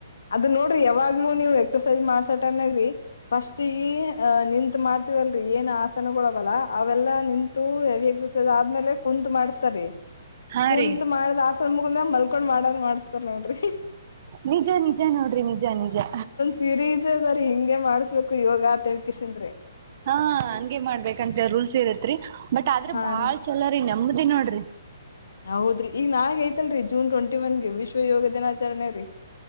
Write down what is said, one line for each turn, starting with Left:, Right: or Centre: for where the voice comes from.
Left: ಅದ ನೋಡ್ರಿ ಯಾವಾಗ್ಲೂ ನೀವ್ ಎಕ್ಸರ್ಸೈಜ ಮಾಡ್ಸ ಟೈಮ್ನಾಗ್ರಿ ಫಸ್ಟ್ ಈಗ ಅಹ ನಿಂತು ಮಾಡ್ತೀವಲ್ರರಿ ಏನ್ ಆಸನಗಳವಲ್ಲ ಅವೆಲ್ಲಾ ನಿಂತ್ ಹೆವಿ ಎಕ್ಸಸೈಸ್ ಆದ್ಮೇಲೆ ಕುಂತ್ ಮಾಡ್ಸ್ತಾರಿ
Right: ಹಾ
Left: ಕುಂತ್
Right: ರೀ
Left: ಮಾಡ್ದ್ ಆಸನ ಮುಗಂದ ಮಲ್ಕೊಂಡ್ ಮಾಡದ್ ಮಾಡಿಸ್ತಾರ ನೋಡ್ರಿ
Right: ನಿಜಾ ನಿಜಾ ನೋಡ್ರಿ ನಿಜಾ ನಿಜಾ
Left: ಸಿರೀಸ್ ಅದ್ರ ಹಿಂಗೆ ಮಾಡ್ಸ್ಬೇಕು ಯೋಗಾ ಅಂತಹೇಳಿಕೆಶಿದ ರೀ
Right: ಹಾ ಹಂಗೆ ಮಾಡ್ಬೇಕಂತ ರೂಲ್ಸ್ ಇರತ್ರಿ ಬಟ್ ಆದ್ರೆ
Left: ಹಾ
Right: ಬಾಳ್
Left: ರೀ
Right: ಚಲೋ ರಿ ನೆಮದಿ ನೋಡ್ರಿ
Left: ಹೌದ್ರಿ ಈಗ ನಾಳಿಗ್ ಐತಲ್ರಿ ಜೂನ್ ಟ್ವೆಂಟಿ ಒನ್ಗೆ ವಿಶ್ವ ಯೋಗ ದಿನಾಚರಣೆ ರೀ